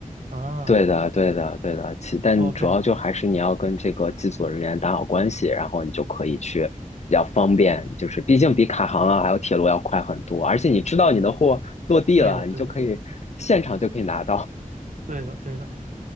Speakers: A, on the right; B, on the left.
A: 啊
B: 对的，对的，对的。其但主要就还是你要跟这个机组人员打好关系，
A: ，OK，
B: 然后你就可以去比较方便，就是毕竟比卡航啊还有铁路要快很多，而且你知道你的货落地了，
A: 对的，对的，
B: 你就可以现场就可以拿到。
A: 对的，对的，